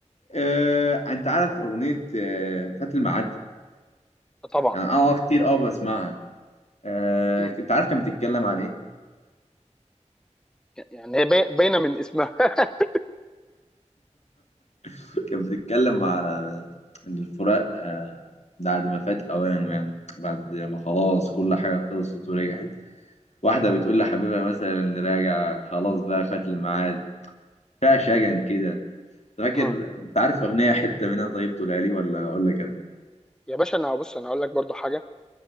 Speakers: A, on the left; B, in the centre.
A: آه، انت عارف اغنيه آه، فات الميعاد
B: طبعا
A: يعني انا كتير اه بسمعها آه،
B: مم.
A: انت عارف كانت بتتكلم عن ايه
B: يعني هي باي- باينه من اسمها <laughs>
A: <laughs> كانت بتتكلم على ان الفراق آه، بعد ما فات اوانه يعني بعد ما خلاص كل حاجه خلصت ورجعت واحده بتقول لحبيبها مثلا راجع خلاص بقى فات الميعاد فيها شجن كده فاكر
B: مم.
A: انت عارف اغنيه حته منها طيب تقولها لي ولا اقول لك انا
B: يا باشا انا بص انا اقول لك برضو حاجه